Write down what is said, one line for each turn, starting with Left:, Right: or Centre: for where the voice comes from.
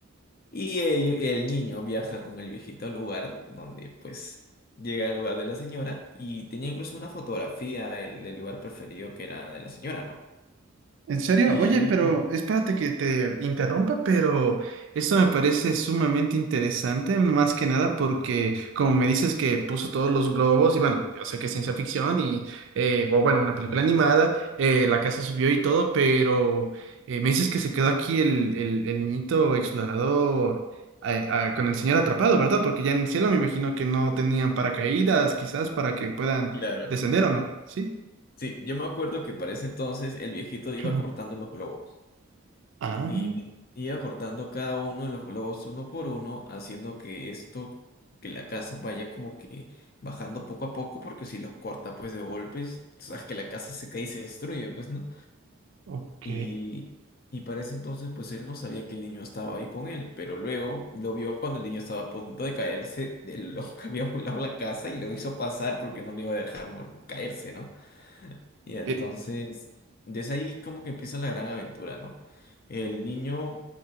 Left: y ello- el niño viaja con el viejito al lugar donde pues... Llega al lugar de la señora y tenía incluso una fotografía del, del lugar preferido que era de la señora, ¿no?
Right: ¿En serio?
Left: Y
Right: Oye,
Left: ahí,
Right: pero
Left: Mm.
Right: espérate que te interrumpa, pero esto me parece sumamente interesante, más que nada porque como me dices que puso todos los globos, y bueno, yo sé que es ciencia ficción y, eh, o bueno, una película animada, eh, la casa subió y todo, pero eh, me dices que se quedó aquí el, el, el niñito explorador eh, ah, con el señor atrapado, ¿verdad? Porque ya en el cielo me imagino que no tenían paracaídas, quizás para que puedan
Left: claro,
Right: descender o no, ¿sí?
Left: Sí, yo me acuerdo que para ese entonces el viejito iba
Right: <clears throat>
Left: cortando los globos
Right: Ah,
Left: y me- iba cortando cada uno de los globos uno por uno, haciendo que esto, que la casa vaya como que bajando poco a poco, porque si los corta pues de golpes, sabes que la casa se cae y se destruye, pues, ¿no?
Right: ok.
Left: Y, y para ese entonces pues él no sabía que el niño estaba ahí con él, pero luego lo vio cuando el niño estaba a punto de caerse de lo <laughs> que había volado la casa y lo hizo pasar porque no le iba a dejar mor- caerse, ¿no? Y entonces,
Right: Eh,
Left: desde ahí como que empieza la gran aventura, ¿no? El niño